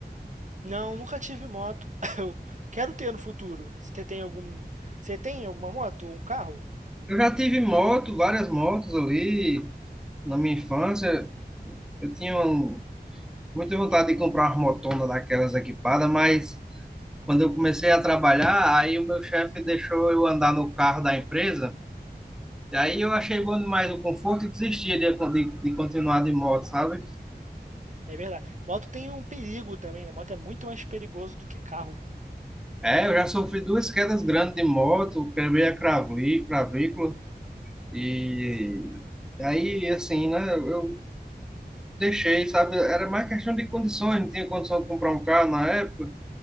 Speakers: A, on the right; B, in the centre.
A: Não, nunca tive moto. <laughs> <coughs> Eu quero ter no futuro. Você tem algum, você tem alguma moto ou um carro?
B: Eu já tive moto, várias motos ali na minha infância. Eu tinha um- muita vontade de comprar uma motona daquelas equipadas, mas quando eu comecei a trabalhar, aí o meu chefe deixou eu andar no carro da empresa. E aí eu achei bom demais o conforto e desisti de, de, de continuar de moto, sabe?
A: É verdade. Moto tem um perigo também, né? Moto é muito mais perigoso do que carro.
B: É, eu já sofri duas quedas grandes de moto, quebrei a craví- clavícula e aí, assim, né? Eu Deixei, sabe? Era mais questão de condições, não tinha condição de comprar um carro na época,